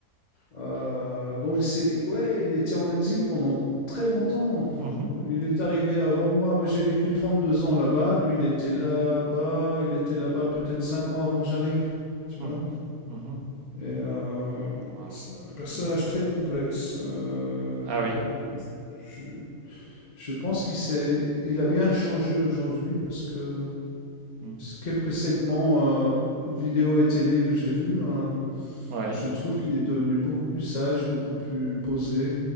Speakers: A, on the left (about 30°); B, on the right (about 65°).
A: Euh, donc c'est, ouais, il était en exil pendant très longtemps.
B: Mhm.
A: Il est arrivé avant moi. Moi, j'ai vécu 32 ans là-bas. Lui, il était là-bas. Il était là-bas peut-être 5 ans avant que j'arrive. Tu
B: Mhm,
A: vois?
B: mhm.
A: Et, euh,
B: Waouh,
A: c'est un personnage
B: OK.
A: très complexe. Euh,
B: Ah oui.
A: je, je pense qu'il s'est, il a bien changé aujourd'hui parce que
B: Mmh.
A: quelques segments euh, vidéo et télé que j'ai vus, euh,
B: Ouais.
A: je trouve qu'il est devenu beaucoup plus sage, beaucoup plus posé.